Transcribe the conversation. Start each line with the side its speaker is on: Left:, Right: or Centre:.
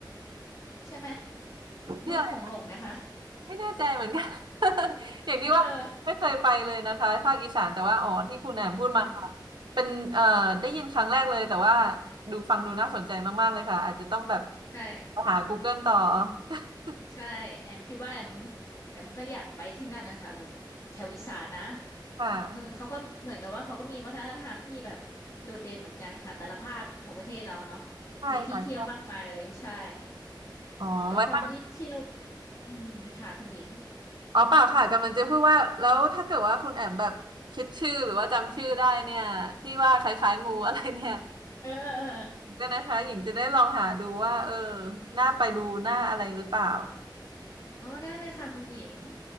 Left: ใช่ไหม
Right: ม
Left: บึงโขงหลงไหมคะ
Right: ไม่แน่ใจเหมือนกัน <laughs> อย่างที่ว่าไม่เคยไปเลยนะคะภาคอีสานแต่ว่าอ๋อที่คุณแอมพูดมา
Left: เอออืม
Right: เป็นเอ่อได้ยินครั้งแรกเลยแต่ว่าดูฟังดูน่าสนใจมากๆเลยค่ะอาจจะต้องแบบ
Left: ใช่
Right: หา Google ต่อ <laughs>
Left: ใช่แอมคิดว่าแอมแอมก็อยากไปที่นั่นนะคะแบบแถวอีสานนะ
Right: ค่ะ
Left: เออเขาก็เหมือนกับว่าเขาก็มีวัฒนธรรมที่แบบโดดเด่นเหมือนกันค่ะแต่ละภาคของประเทศเราเนาะ
Right: ใช่ค่ะใช่
Left: มีที่เที่ยวมากมายเลยใช่
Right: อ๋อไว้ตั้ง
Left: แต่ความที่เที่ยวอืมค่ะคุณหญิง
Right: อ๋อเปล่าค่ะกำลังจะพูดว่าแล้วถ้าเกิดว่าคุณแอมแบบคิดชื่อหรือว่าจำชื่อได้เนี่ยที่ว่าคล้ายๆงูอะไรเนี่ย
Left: เออเออเออ
Right: ก็นะคะหญิงจะได้ลองหาดูว่าเออน่าไปดูน่าอะไรหรือเปล่า
Left: โอ้ได้เลยค่ะคุณหญิง